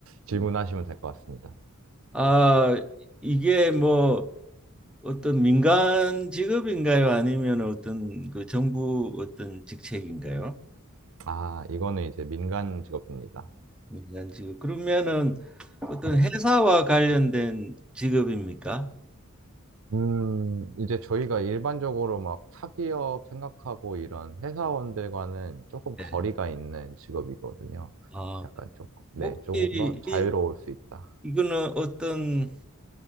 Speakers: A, on the right; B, in the centre.
A: 질문하시면
B: 예.
A: 될 것 같습니다.
B: 아, 이게 뭐 어떤 민간 직업인가요? 아니면 어떤 그 정부 어떤 직책인가요?
A: 아, 이거는 이제 민간 직업입니다.
B: 민간 직업. 그러면은 어떤
A: 네.
B: 회사와 관련된 직업입니까?
A: 음, 이제 저희가 일반적으로 막 사기업 생각하고 이런 회사원들과는 조금
B: 네.
A: 거리가 있는 직업이거든요.
B: 아,
A: 약간 조금, 네,
B: 혹시
A: 조금 더 자유로울
B: 이,
A: 수 있다.
B: 이거는 어떤